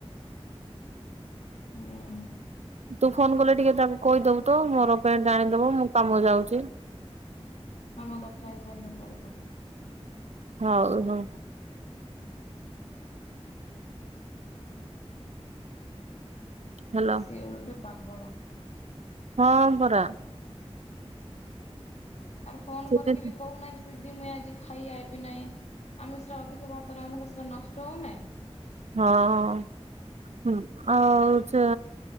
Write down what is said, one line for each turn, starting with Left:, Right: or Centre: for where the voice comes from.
Left: ହୁଁ।
Right: ତୁ ଫୋନ୍ କଲେ ଟିକେ ତାକୁ କହିଦବୁ ତ ମୋର ପେଣ୍ଟ ଆଣିଦବ ମୁଁ କାମ ଯାଉଚି।
Left: ହଁ ମୁଁ କଥା ହେଇସାରିଲେ କଲ୍ କରିବି।
Right: ହଉ ହଉ। ହ୍ୟାଲୋ
Left: ସିଏ ଗୋଟେ ପାଗଳ।
Right: ହଁ ପରା।
Left: ଆରେ ଫୋନ
Right: ସେଦିନ
Left: କରିକି ବି କହୁନାହିଁ ଯେ ଯଦି ମୁଇଁ ଆଜି ଖାଇ ଆଇବି ନାଇଁ, ଆମେ ସେରା ଅଧିକ ଭାତ ରାନ୍ଧିଲେ ସେରା ନଷ୍ଟ ହଉନାଇଁ।
Right: ହଁ। ଆଉ ଚେ